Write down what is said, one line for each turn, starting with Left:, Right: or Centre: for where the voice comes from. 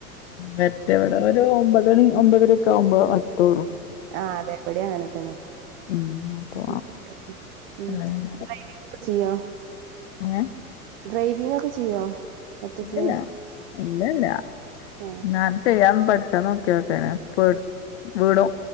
Left: മറ്റെ ഇവടെ ഒരു ഒമ്പതണി ഒമ്പതെര ഒക്കെ ആവുമ്പോ വത്തുള്ളൂ
Right: ആഹ് അതേ ഇവിടെ അങ്ങനെ തന്നെ
Left: ഉം അപ്പൊ
Right: <unintelligible>
Left: അങ്ങനെ
Right: ഉം <unintelligible> ചെയ്യൊ
Left: എന്നെ
Right: ഡ്രൈവിങ്ങ് ഒക്കെ ചെയ്യോ ഒറ്റക്ക്
Left: ഇല്ലല്ല. ഇല്ലല്ല
Right: ആഹ്
Left: ഞാൻ ചെയ്യാന്ന് പഠിച്ചാ നോക്ക്യോക്കേന പ വീണു.